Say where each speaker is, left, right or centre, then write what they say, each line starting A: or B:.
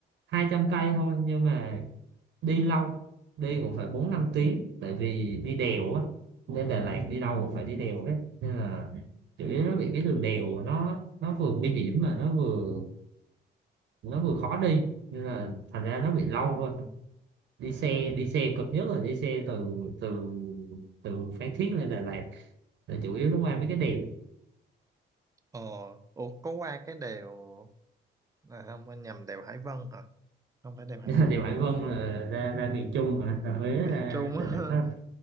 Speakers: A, on the right; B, on the right.
A: hai trăm cây thôi nhưng mà đi lâu đi cũng phải bốn năm tiếng tại vì đi đèo á lên Đà Lạt
B: ừ.
A: đi đâu cũng phải đi đèo hết nên là chủ yếu nó bị cái đường đèo nó nó vừa nguy hiểm mà nó vừa nó vừa khó đi nên là thành ra nó bị lâu thôi đi xe
B: ừ
A: đi xe cực nhất là đi xe từ từ từ Phan Thiết lên Đà Lạt là chủ yếu nó qua mấy cái đèo
B: Ờ, ủa có qua cái đèo là không anh nhầm đèo Hải Vân hả? Không phải đèo Hải
A: <laughs>
B: Vân,
A: đèo Hải Vân là ra ra miền Trung mà ra Huế
B: miền
A: ra
B: Trung
A: Đà
B: á.
A: Nẵng
B: <laughs>